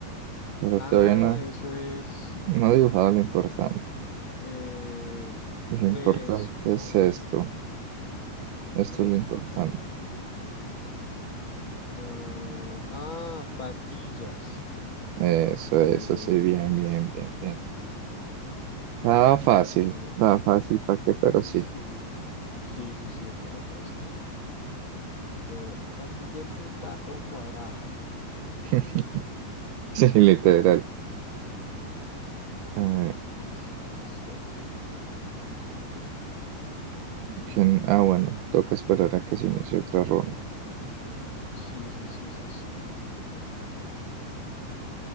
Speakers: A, on the right; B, on the left.
A: Pero
B: Ah,
A: todavía no,
B: eso es
A: no ha dibujado lo importante.
B: eh,
A: Lo
B: crespos,
A: importante es esto. Esto
B: crespos.
A: es lo importante.
B: ah, ah, patillas.
A: Eso,
B: Muy
A: eso,
B: bien,
A: sí, bien,
B: eso.
A: bien, bien, bien. Estaba fácil.
B: Bien, bien.
A: Estaba fácil, ¿para qué? Pero sí.
B: Sí, sí, sí, sí, estaba fácil. eh, patilla en punta o cuadrada.
A: <laughs> <laughs> Sí, literal.
B: Mm,
A: A ver,
B: Listo, listo.
A: ¿quién? Ah, bueno, toca esperar a que se inicie otra ronda.
B: Sí, sí, sí, sí, sí.